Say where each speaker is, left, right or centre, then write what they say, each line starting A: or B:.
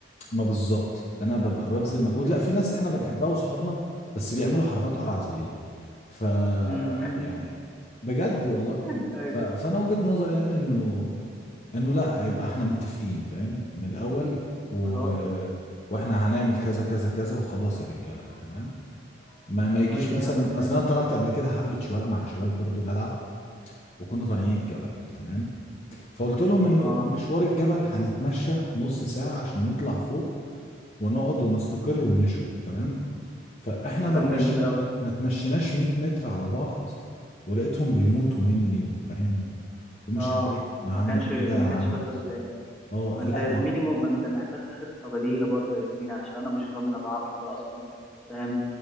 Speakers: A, on the left (about 35°); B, in the centre.
A: ما بالظبط انا ببقى ببذل مجهود لا في ناس احنا بنحبها واصحابنا بس بيعملوا حركات قرع زي دي ف
B: امم
A: يعني بجد والله
B: <laughs> ايوه
A: ف... فانا وجهة نظري يعني انه انه لا يبقى احنا متفقين فاهم من الاول و...
B: خلاص
A: واحنا هنعمل كذا كذا كذا وخلاص يا رجاله تمام ما ما يجيش
B: طيب
A: مثلا
B: يا عم تمام
A: اصل
B: مفيش
A: انا طلعت
B: مشكله
A: قبل كده حفله شواء مع شباب برضو جدع وكنا طالعين الجبل تمام فقلت لهم انه
B: اه
A: مشوار الجبل هنتمشى نص ساعه عشان نطلع فوق ونقعد ونستقر ونشوي تمام فاحنا
B: كلام
A: ما تمشينا
B: جميل قوي
A: ما ما تمشيناش 100 متر على بعض ولقيتهم بيموتوا مني وفاهم و- ومش
B: اه
A: قادرين يا
B: ما
A: عم
B: كانش
A: ايه ده
B: ما
A: يا عم
B: كانتش في الحسبان
A: اه
B: ما انت
A: لا
B: يا
A: ما
B: زميلي م... ما انت محتاج خطة بديلة برضه يا زميلي عشان انا مش ضامن ابو عبده ده اصلا فاهم